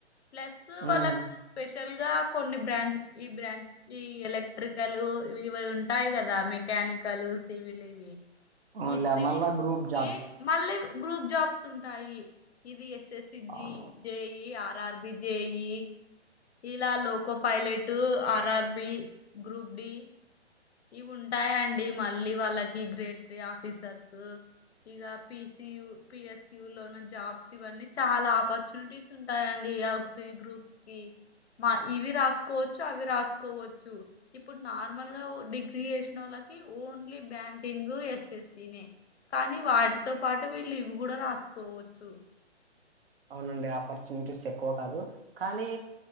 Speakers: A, on the left; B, on the right.
A: ప్లస్
B: ఉమ్
A: వాళ్ళకు స్పెషల్ గా కొన్ని బ్రాంచ్ ఈ బ్రాంచ్ ఈ ఎలక్ట్రికల్ ఇవి ఉంటాయి కదా మెకానికల్ సివిల్ ఇవి
B: అవునులే
A: ఈ త్రీ
B: మళ్ళా
A: గ్రూప్స్
B: గ్రూప్ జాబ్స్
A: కి మళ్ళీ గ్రూప్ జాబ్స్ ఉంటాయి ఇది ఎస్ఎస్ జి
B: అవునవును
A: జేఈ ఆర్ అర్ అర్బిజేయి ఇలా loco pilot RRB group D ఇవి ఉంటాయాండి మళ్ళీ వాళ్ళకి గ్రేడ్ త్రీ ఆఫీసర్స్ ఇగ పిసి లు పిఎస్సి లోను జాబ్స్ ఇవన్నీ చాలా ఆపర్చునిటీస్ ఉంటాయండి ఫ్రీ గ్రూప్స్ కి మా ఇవి రాసుకోవచ్చు అవి రాసుకోవచ్చు ఇప్పుడు నార్మల్ గా డిగ్రీ చేసినోళ్ళకి ఓన్లీ బ్యాంకింగ్ ఎస్ఎస్సినే కానీ వాటితో పాటు వీళ్ళు ఇవి కూడా రాసుకోవచ్చు
B: అవునండి ఆపర్చునిటీస్ ఎక్కువ కాదు కానీ